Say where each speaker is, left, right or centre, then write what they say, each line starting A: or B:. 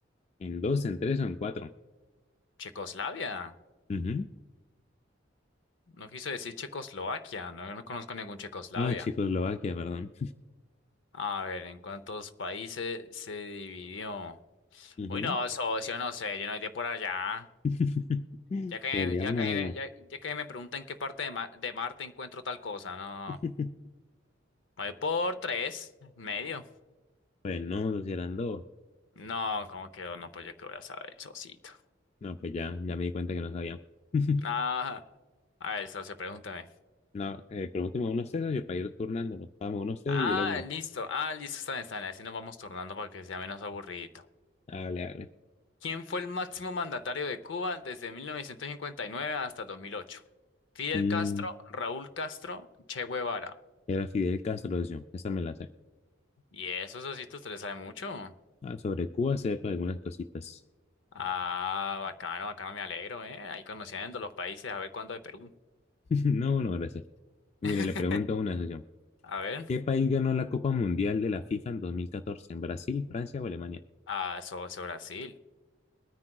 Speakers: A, on the left (about 35°); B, on the left (about 70°).
A: ¿En dos, en tres o en cuatro?
B: Checoslavia.
A: Ujú.
B: No quiso decir Checoslovaquia. No, no conozco ningún Checoslavia.
A: Ah, Checoslovaquia, perdón.
B: A ver, ¿en cuántos países se dividió?
A: Ujú.
B: Uy, no, socio, no sé. Yo no iré por allá.
A: <laughs>
B: Ya que,
A: Pues digamos
B: ya que, me-
A: eso
B: ya, ya que me preguntan en qué parte de, Ma- de Marte encuentro tal cosa. No.
A: yo. <laughs>
B: Voy por tres, medio.
A: Pues no, socio, eran dos.
B: No, ¿cómo quedó? No, pues yo qué voy a saber, socito.
A: No, pues ya, ya me di cuenta que no sabía. <laughs>
B: Ah, a ver, socio, pregúntame.
A: No, eh, pregúnteme unos sesos y para ir turnándonos. Vamos, uno sé
B: Ah,
A: y yo le hago una.
B: listo. Ah, listo, está bien, está bien. Así nos vamos turnando para que sea menos aburridito.
A: Hágale, hágale.
B: ¿Quién fue el máximo mandatario de Cuba desde 1959 hasta 2008? Fidel
A: Mm,
B: Castro, Raúl Castro, Che Guevara.
A: era Fidel Castro, yo. Esa me la sé.
B: Y eso, socito, usted le sabe mucho.
A: Ah, sobre Cuba sé sepa algunas cositas.
B: Ah, bacano, bacano, me alegro, ¿eh? Ahí conociendo los países, a ver cuándo de Perú.
A: <laughs> No, no, gracias. Mire,
B: <laughs>
A: le pregunto una sesión.
B: A ver.
A: ¿Qué país ganó la Copa Mundial de la FIFA en 2014? ¿En Brasil, Francia o Alemania?
B: Ah, socio, Brasil.